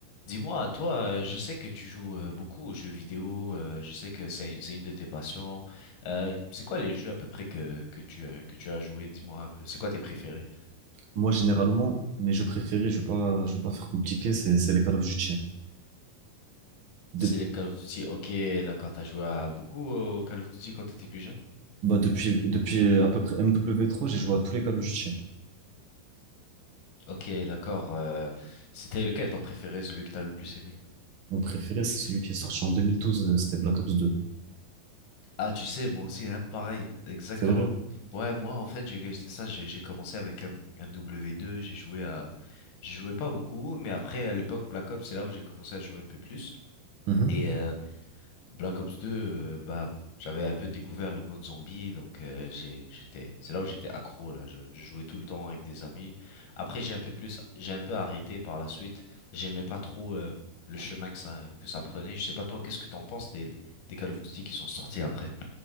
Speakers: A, on the left; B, on the right.
A: Dis-moi, toi, euh, je sais que tu joues euh, beaucoup aux jeux vidéo, euh, je sais que c'est c'est une de tes passions. Euh, c'est quoi les jeux à peu près que que tu as- que tu as joué? Dis-moi un peu. C'est quoi tes préférés?
B: Moi, généralement, mes jeux préférés, je vais pas, je vais pas faire compliqué, c'est, c'est les Call of Duty. De-
A: C'est les Call of Duty. Ok, d'accord. T'as joué à beaucoup au Call of Duty quand t'étais plus jeune?
B: bah, depuis, depuis euh, à peu près MW3, j'ai joué à tous les Call of Duty.
A: Ok, d'accord. euh, c'était lequel ton préféré, celui que t'as le plus aimé?
B: Mon préféré, c'est celui qui est sorti en 2012, euh, c'était Black Ops 2.
A: Ah, tu sais, moi aussi, hein, pareil, exactement.
B: C'est vrai?
A: Ouais, moi, en fait, j'ai, c'est ça, j'ai j'ai commencé avec euh, M- MW2, j'ai joué à, j'ai joué pas beaucoup, mais après, à l'époque, Black Ops, c'est là où j'ai commencé à jouer un peu plus.
B: Mhm.
A: Et euh, Black Ops 2, euh, bah, j'avais un peu découvert le mode zombie, donc euh, j'ai, j'étais, c'est là où j'étais accro, là, je, je jouais tout le temps avec des amis. Après, j'ai un peu plus, j'ai un peu arrêté par la suite, j'aimais pas trop euh, le chemin que ça, que ça prenait. Je sais pas toi, qu'est-ce que t'en penses des, des des Call of Duty qui sont sortis après?